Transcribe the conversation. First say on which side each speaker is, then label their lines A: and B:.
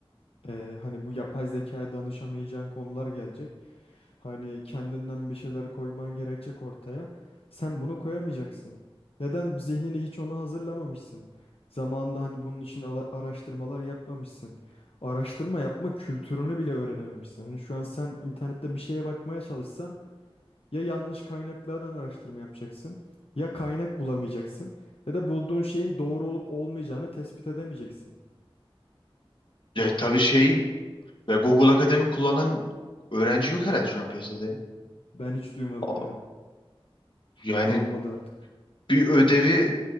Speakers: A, on the left; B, on the left.
A: Ee, hani bu yapay zekaya danışamayacağın konular gelecek. Hani kendinden bir şeyler koyman gerekecek ortaya. Sen bunu koyamayacaksın. Neden? Zihnini hiç ona hazırlamamışsın. Zamanında hani bunun için ala- araştırmalar yapmamışsın. Araştırma yapma kültürünü bile öğrenememişsin. Hani şu an sen internette bir şeye bakmaya çalışsan ya yanlış kaynaklardan araştırma yapacaksın ya kaynak bulamayacaksın ya da bulduğun şeyin doğru olup olmayacağını tespit edemeyeceksin.
B: Ya tabii şey ve Google Akademi kullanan öğrenci yok herhalde şu an piyasada. ya.
A: Ben hiç duymadım
B: A-
A: ya.
B: Yani
A: Kalmadı artık.
B: bir ödevi